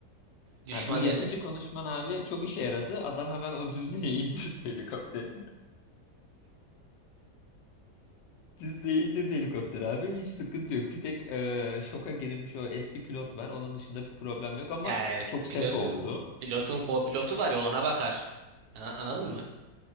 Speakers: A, on the right; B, on the left.
A: Düşman
B: ha, bu yapıcı
A: el
B: konuşman abi çok işe yaradı. Adam hemen o düzlüğe <laughs> indirdi helikopteri. Dizle'ye indirdi helikopter abi. Hiç sıkıntı yok. Bir tek e, şoka girilmiş o eski pilot var. Onun dışında bir problem yok ama
A: Yani
B: çok
A: pilotun
B: ses oldu.
A: pilotun co-pilotu var ya ona bakar. Ha, Anladın mı?